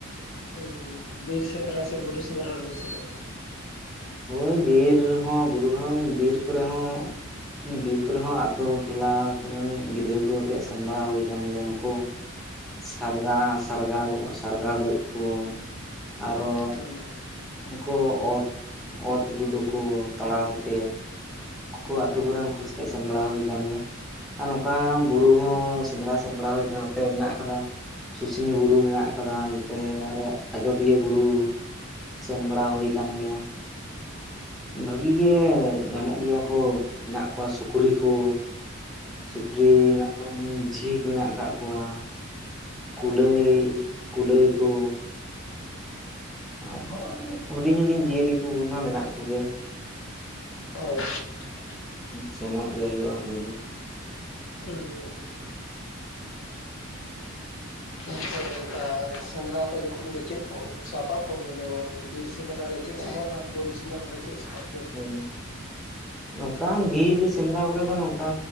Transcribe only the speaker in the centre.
ᱦᱳᱭ ᱵᱤᱨ ᱦᱚᱸ ᱵᱩᱨᱩ ᱨᱮᱦᱚᱸ ᱵᱤᱨ ᱠᱚᱨᱮ ᱦᱚᱸ ᱵᱤᱨ ᱠᱚᱨᱮ ᱦᱚᱸ ᱟᱛᱳ ᱴᱚᱞᱟ ᱠᱚᱨᱮᱱ ᱜᱤᱫᱽᱨᱟᱹ ᱠᱚ ᱦᱚᱛᱮᱫ ᱥᱮᱱ ᱵᱟᱲᱟ ᱦᱩᱭ ᱟᱠᱟᱱ ᱜᱮᱭᱟ ᱱᱩᱠᱩ ᱥᱟᱨᱜᱟ ᱥᱟᱨᱜᱚ ᱥᱟᱨᱜᱟ ᱜᱚᱡ ᱠᱚ ᱟᱨᱚ
ᱩᱱᱠᱩ ᱚᱛ ᱚᱛ ᱜᱩᱰᱩᱠᱩ ᱛᱟᱲᱟᱣ ᱠᱟᱛᱮᱫ ᱠᱷᱳ ᱟᱹᱛᱩ ᱠᱚᱨᱮᱱ ᱩᱱᱠᱩ ᱠᱚ ᱥᱟᱛᱮᱜ ᱥᱮᱱ ᱵᱟᱲᱟ ᱦᱩᱭ ᱠᱟᱱ ᱜᱮᱭᱟ ᱾ ᱟᱨ ᱱᱚᱝᱠᱟ ᱵᱩᱨᱩ ᱦᱚᱸᱥᱮᱸᱫᱽᱨᱟ ᱥᱮᱱ ᱵᱟᱲᱟ ᱦᱩᱭ ᱟᱠᱟᱱ ᱛᱮ ᱢᱮᱱᱟᱜ ᱟᱠᱟᱫᱟ ᱾ ᱥᱩᱥᱤᱱᱤ ᱵᱩᱨᱩ ᱢᱮᱱᱟᱜ ᱟᱠᱟᱫᱟ ᱱᱚᱛᱮ ᱟᱨᱚ ᱟᱡᱚᱫᱤᱭᱟᱹ ᱵᱩᱨᱩ ᱾ ᱥᱮᱱ ᱵᱟᱲᱟ ᱦᱩᱭ ᱠᱟᱱ ᱜᱮᱭᱟ ᱾ ᱵᱷᱟᱹᱜᱤ ᱜᱮ ᱧᱟᱢᱚᱜ ᱜᱮᱭᱟ ᱠᱚ ᱢᱮᱱᱟᱜ ᱠᱚᱣᱟ ᱥᱩᱠᱨᱤ ᱠᱚ ᱥᱩᱠᱨᱤ ᱢᱮᱱᱟᱜ ᱠᱚᱣᱟ ᱡᱷᱤᱠ ᱢᱮᱱᱟᱜ ᱟᱠᱟᱫ ᱠᱚᱣᱟ᱾ ᱠᱩᱞᱟᱹᱭ ᱠᱩᱞᱟᱹᱭ ᱠᱚ ᱟᱨᱦᱚᱸ ᱦᱩᱰᱤᱧ ᱦᱩᱰᱤᱧ ᱡᱤᱭᱟᱹᱞᱤ ᱠᱚᱢᱟ ᱢᱮᱱᱟᱜ ᱠᱚᱜᱮ ᱾
ᱥᱮᱱᱚᱜ ᱜᱮ ᱦᱩᱭᱩᱜᱼᱟ ᱾ ᱦᱩᱭᱩᱜ
ᱦᱩ ᱱᱚᱠᱟᱱ ᱵᱤᱨ ᱥᱮᱸᱫᱽᱨᱟ ᱠᱚᱨᱮ ᱫᱚ ᱱᱚᱝᱠᱟ